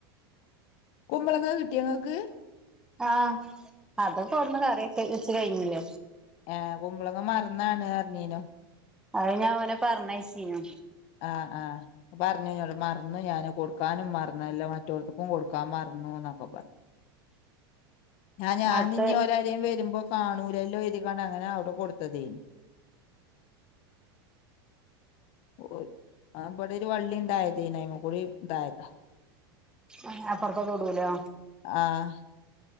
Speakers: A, on the left; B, in the centre.
A: കുമ്പളങ്ങാ കിട്ടിയോങ്ങക്ക്
B: ആഹ അതൊക്കൊട്ന്ന് കറിയ വച്ച് കഴിഞ്ഞില്ല
A: ഏ കുമ്പളങ്ങ മറന്നാണ് അർഞ്ഞിനു
B: അഅ് ഞാ ഓനെ പറഞ്ഞയ് ചീനു
A: ആ ആ പറഞ്ഞിന്നോട് മറന്നു ഞാന് കൊടുക്കാനും മറന്നല്ലോ മറ്റോട്ത്ത്ക്കും കൊടുക്കാൻ മറന്നു ന്നൊക്കെ പറഞ്ഞു ഞാ ഞാൻ
B: അടുത്ത
A: ഇഞ്ഞി ഓരാരെയും വരുമ്പോ കാണൂലല്ലോ കര്തിക്കാണ്ട് അങ്ങനെ ഔടെ കൊടുത്ത തെയ്ന് ഓ ആ ബട രു വള്ളി ണ്ടായ തൈനി അയ്മ കൂടി ഇന്തായതാ
B: ഹേ അപ്രത്ത തോടൂലോ
A: ആഹ്